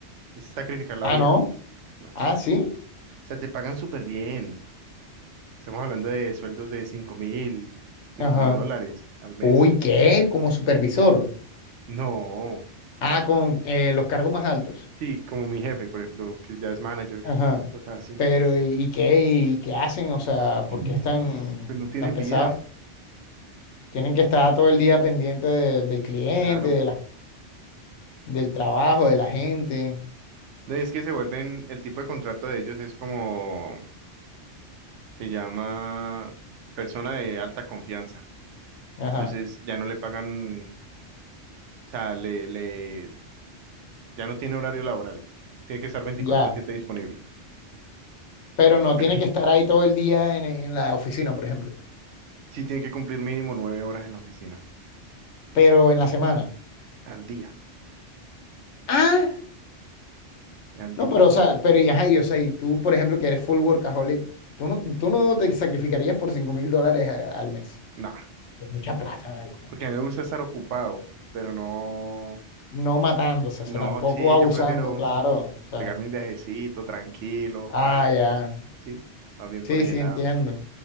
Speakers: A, on the right (about 80°); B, on the left (about 75°).
A: Es sacrificar la
B: Ah,
A: vida,
B: no.
A: no. O
B: Ah, sí.
A: sea, te pagan súper bien. Estamos hablando de sueldos de cinco mil, cinco
B: Ajá.
A: mil dólares
B: Como-
A: al mes.
B: Uy, ¿qué? Como supervisor.
A: No.
B: Ah, con eh, los cargos más altos.
A: Sí, como mi jefe, por ejemplo, que ya es manager,
B: Ajá.
A: cosas así.
B: Pero, ¿y, y qué? ¿Y qué hacen? O sea,
A: <clears throat>
B: ¿por
A: Ujú.
B: qué es tan,
A: Pues no tienen
B: tan pesado?
A: vida,
B: Tienen que estar todo el día pendiente de- del cliente,
A: claro.
B: de la- del trabajo, de la gente.
A: No, Es que se vuelven, el tipo de contrato de ellos es como, se llama persona de alta confianza.
B: Ajá.
A: Entonces ya no le pagan, o sea, le, le, ya no tiene horario laboral. Tiene que estar veinticuatro
B: Ya.
A: siete disponible.
B: Pero no
A: <clears throat>
B: tienen que estar ahí todo el día en, en la oficina, por ejemplo.
A: Sí tiene que cumplir mínimo nueve horas en la oficina,
B: Pero en la semana.
A: al día,
B: Ah,
A: al
B: no,
A: día.
B: pero, o sea, pero, y, ajá, y, o sea, y tú, por ejemplo, que eres full workaholic. ¿Tú no, tú no te sacrificarías por cinco mil dólares a- al mes?
A: Nah,
B: Y es mucha plata, marica.
A: porque a mí me gusta estar ocupado, pero no,
B: No matándose,
A: no,
B: o sea, tampoco
A: sí,
B: abusando,
A: yo prefiero,
B: claro. O sea,
A: pegarme un viajecito tranquilo,
B: ah,
A: pa,
B: ya.
A: sí, más bien
B: Sí,
A: por ese
B: sí,
A: lado.
B: entiendo.